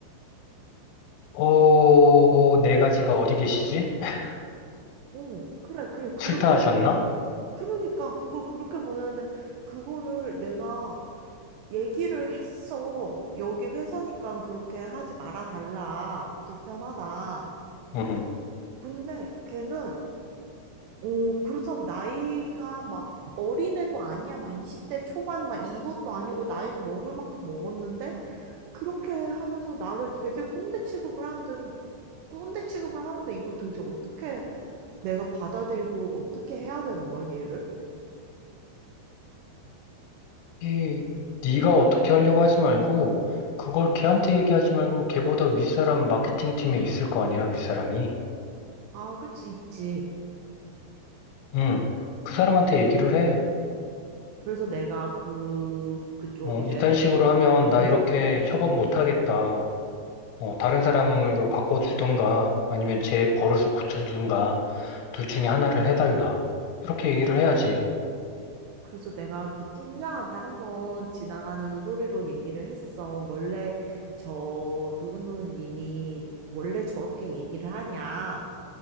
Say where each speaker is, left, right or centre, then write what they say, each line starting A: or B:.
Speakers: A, on the left (about 80°); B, on the right (about 80°).
A: 어, 네 가지가 어디 계시지? <laughs>
B: 응, 그래. 그냥 그렇게
A: 출타하셨나?
B: 그러니까 그걸 그렇게 보내는데 그거를 내가 얘기를 했어. 여기 회사니까 그렇게 하지 말아 달라. 불편하다.
A: 응.
B: 근데 걔는 어, 그렇다고 나이가 막 어린애도 아니야. 막 20대 초반 막 이것도 아니고 나이도 먹을 만큼 먹었는데 그렇게 하면서 나를 되게 꼰대 취급을 하는데, 꼰대 취급을 하는데 이걸 도대체 어떻게 내가 받아들이고 어떻게 해야 되는 거야, 얘를?
A: 이, 네가 어떻게 하려고 하지 말고, 그걸 걔한테 얘기하지 말고, 걔보다 윗사람 마케팅 팀에 있을 거 아니야, 윗사람이.
B: 아, 그치, 있지.
A: 응. 그 사람한테 얘기를 해.
B: 그래서 내가 그, 그쪽
A: 어,
B: 이제,
A: 이딴 식으로 하면 나
B: 음.
A: 이렇게 협업 못 하겠다. 어, 다른 사람으로 바꿔주든가 아니면 제 버릇을 고쳐주든가 둘 중에 하나를 해달라. 이렇게 얘기를 해야지.
B: 그래서 내가 그 팀장한테 한번 지나가는 소리로 얘기를 했어. 원래 저 누구누구님이 원래 저렇게 얘기를 하냐.